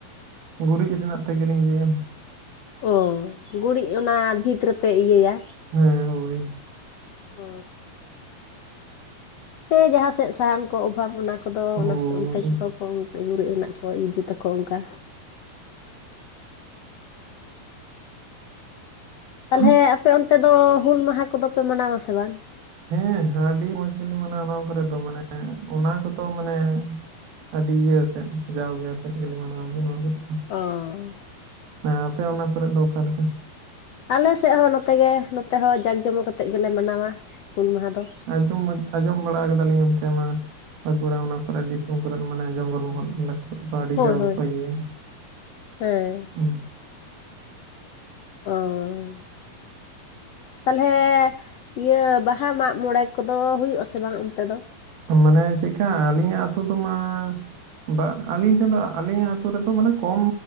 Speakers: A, on the right (about 80°); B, on the left (about 65°).
A: ᱜᱩᱨᱤᱡ ᱨᱮᱱᱟᱜ ᱛᱮᱜᱮ ᱞᱤᱧ ᱤᱭᱟᱹᱭᱟ᱾
B: ᱚ ᱜᱩᱨᱤᱡ ᱚᱱᱟ ᱵᱷᱤᱛ ᱨᱮᱯᱮ ᱤᱭᱟᱹᱭᱟ᱾
A: ᱦᱮᱸ ᱦᱳᱭ᱾
B: ᱚ ᱦᱮᱸ ᱡᱟᱦᱟᱸ ᱥᱮᱫ ᱥᱟᱦᱟᱱ ᱠᱚ ᱚᱵᱷᱟᱵᱽ ᱚᱱᱟ ᱠᱚᱫᱚ ᱚᱱᱟ
A: ᱦᱳᱭ
B: ᱚᱱᱛᱮ ᱠᱚᱫᱚ ᱠᱚᱝ ᱮᱛᱮᱜ ᱜᱩᱨᱤᱡ ᱨᱮᱱᱟᱜ ᱠᱚ ᱤᱭ ᱡᱩᱛᱟᱠᱚ ᱚᱱᱠᱟ᱾
A: ᱦᱩᱸ
B: ᱛᱟᱞᱦᱮ ᱟᱯᱮ ᱚᱱᱛᱮ ᱫᱚ ᱦᱩᱞ ᱢᱟᱦᱟ ᱠᱚᱫᱚ ᱯᱮ ᱢᱟᱱᱟᱣᱟ ᱥᱮ ᱵᱟᱝ?
A: ᱦᱮᱸ ᱟᱹᱰᱤ ᱢᱚᱸᱡᱽ ᱜᱮᱞᱮ ᱢᱟᱱᱟᱣᱟ ᱱᱚᱶᱟ ᱠᱚᱨᱮ ᱫᱚ, ᱢᱟᱱᱮ ᱚᱱᱟ ᱠᱚᱫᱚ ᱢᱟᱱᱮ ᱟᱹᱰᱤ ᱤᱭᱟᱹᱣᱟᱛᱮᱫ ᱡᱟᱣ ᱜᱮ ᱟᱛᱮᱫ ᱜᱮᱞᱤ ᱢᱟᱱᱟᱣ ᱜᱮᱭᱟ ᱱᱚᱣᱟ ᱠᱚᱨᱮ ᱫᱚ᱾
B: ᱚ᱾
A: ᱦᱮᱸ ᱟᱯᱮ ᱚᱱᱟ ᱠᱚᱨᱮ ᱫᱚ ᱚᱠᱟᱞᱮᱠᱟ?
B: ᱟᱞᱮ ᱥᱮᱫ ᱦᱚᱸ ᱱᱚᱛᱮ ᱜᱮ ᱱᱚᱛᱮ ᱦᱚᱸ ᱡᱟᱸᱠ ᱡᱚᱢᱚᱠ ᱠᱟᱛᱮᱫ ᱜᱮᱞᱮ ᱢᱟᱱᱟᱣᱟ ᱦᱩᱞ ᱢᱟᱦᱟ ᱫᱚ᱾
A: ᱡᱚᱢ ᱟᱸᱡᱚᱢ ᱵᱟᱲᱟᱣ ᱠᱟᱫᱟᱞᱤᱧ ᱚᱱᱛᱮ ᱢᱟ ᱵᱟᱸᱠᱩᱲᱟ ᱚᱱᱟ ᱠᱚᱨᱮ ᱫᱤᱥᱚᱢ ᱠᱚᱨᱮᱫ ᱢᱟᱱᱮ ᱡᱚᱝᱜᱚᱞ ᱢᱚᱦᱚᱞ ᱮᱞᱟᱠ ᱟᱰᱤ
B: ᱦᱳᱭ
A: ᱡᱟᱣ
B: ᱦᱳᱭ
A: ᱜᱮᱠᱚᱭ ᱜᱮᱭᱟ
B: ᱦᱮᱸ
A: ᱦᱩᱸ᱾
B: ᱦᱳᱭ᱾ ᱛᱟᱞᱦᱮ ᱤᱭᱟᱹ ᱵᱟᱦᱟ ᱢᱟᱜᱽ ᱢᱚᱬᱮ ᱠᱚᱫᱚ ᱦᱩᱭᱩᱜ ᱟᱥᱮ ᱵᱟᱝ ᱚᱱᱛᱮ ᱫᱚ?
A: ᱢᱟᱱᱮ ᱪᱮᱫᱠᱟ ᱟᱹᱞᱤᱧᱟᱜ ᱟᱹᱛᱩ ᱫᱚ ᱢᱟ ᱵᱟ ᱟᱹᱞᱤᱧ ᱴᱷᱮᱱ ᱫᱚ ᱟᱞᱤᱧᱟᱜ ᱟᱛᱩ ᱨᱮᱫᱚ ᱢᱟᱱᱮ ᱠᱚᱢ